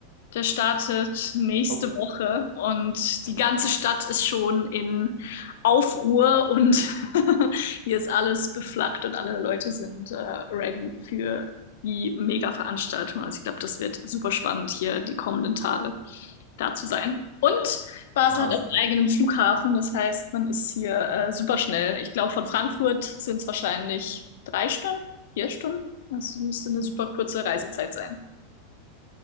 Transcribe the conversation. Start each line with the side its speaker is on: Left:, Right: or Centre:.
Left: Der startet nächste
Right: Oh,
Left: Woche und die ganze Stadt ist schon in Aufruhr und <laughs> hier ist alles beflaggt und alle Leute sind äh, ready für die Mega-Veranstaltung. Also ich glaube, das wird super spannend, hier die kommenden Tage da zu sein. Und Basel
Right: ja,
Left: hat
Right: es,
Left: auch einen eigenen Flughafen, das heißt, man ist hier äh, super schnell. Ich glaube, von Frankfurt sind es wahrscheinlich drei Stunden, vier Stunden. Das müsste eine super kurze Reisezeit sein.